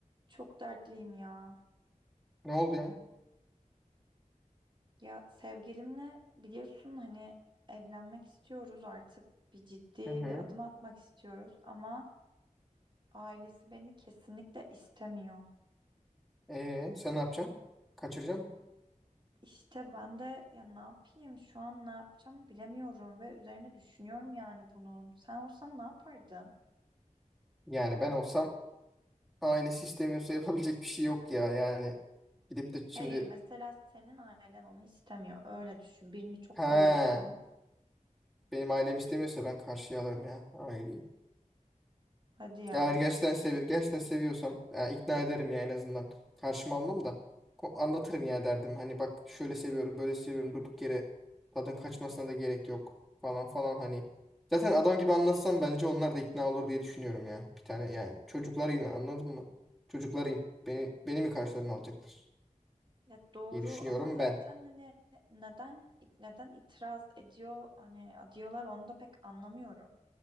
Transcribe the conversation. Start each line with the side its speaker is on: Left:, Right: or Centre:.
Right: Çok dertliyim ya.
Centre: Ne oldu ya?
Right: Ya sevgilimle biliyorsun hani evlenmek istiyoruz artık. Bir ciddi
Centre: Hı hı.
Right: bir adım atmak istiyoruz ama ailesi beni kesinlikle istemiyor.
Centre: Ee, sen ne yapacaksın? Kaçıracaksın mı?
Right: İşte ben de ya ne yapayım şu an ne yapacağımı bilemiyorum ve üzerine düşünüyorum yani bunun. Sen olsan ne yapardın?
Centre: Yani ben olsam ailesi istemiyorsa <laughs> yapabilecek bir şey yok ya. Yani gidip de şimdi
Right: Hayır mesela senin ailen onu istemiyor. Öyle düşün. Birini çok
Centre: ha
Right: seviyorsun.
Centre: benim ailem istemiyorsa ben karşıya alırım ya aileyi.
Right: Hadi ya.
Centre: Eğer gerçekten, sevi gerçekten seviyorsam yani ikna ederim ya en azından. Karşıma almam da ko- anlatırım ya derdim. Hani bak şöyle seviyorum böyle seviyorum durduk yere tadın kaçmasına da gerek yok falan falan hani. Zaten adam gibi anlatsam bence onlar da ikna olur diye düşünüyorum ya. Bir tane yani çocuklarıyım anladın mı? Çocuklarıyım. Beni, beni mi karşılarına alacaklar
Right: Ya doğru
Centre: diye düşünüyorum
Right: ama zaten
Centre: ben.
Right: hani neden neden itiraz ediyor hani diyorlar onu da pek anlamıyorum.